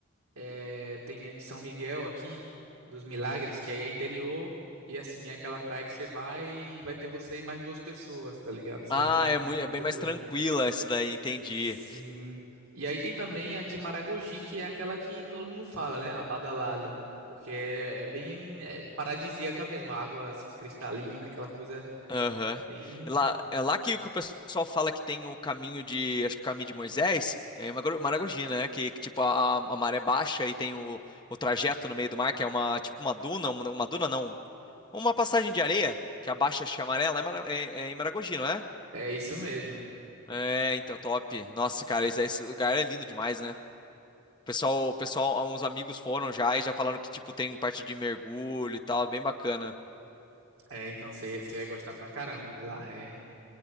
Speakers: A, on the right; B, on the left.
A: eh, tem a de São Miguel aqui, dos Milagres, que aí é interior, e assim, é aquela praia que você vai e vai ter você e mais duas pessoas, tá ligado? Você
B: Ah,
A: vai ficar muito
B: é muito, é bem
A: tranquilo.
B: mais tranquila esse daí, entendi.
A: Sim. E aí tem também a de Maragogi, que é aquela que todo mundo fala, né? A badalada. Porque é, é bem é, paradisíaca mesmo, a água assim, cristalina, aquela coisa
B: Aham.
A: Bem,
B: É Lá, é lá que, o que o pessoal fala que tem o caminho de, acho que o caminho de Moisés, é uma gro- Maragogi, né? Que, que, tipo a, a maré baixa e tem o, o trajeto no meio do mar, que é uma tipo uma duna, uma, uma duna não, uma passagem de areia que abaixa, acho que é amarela, é, Mara- é, é em Maragogi, não é?
A: é isso mesmo.
B: É, então, top. Nossa, cara, esse, esse lugar é lindo demais, né? O pessoal, o pessoal, uns amigos foram já e já falaram que, tipo, tem parte de mergulho e tal, é bem bacana.
A: É, então você você ia gostar pra caramba, né? Lá é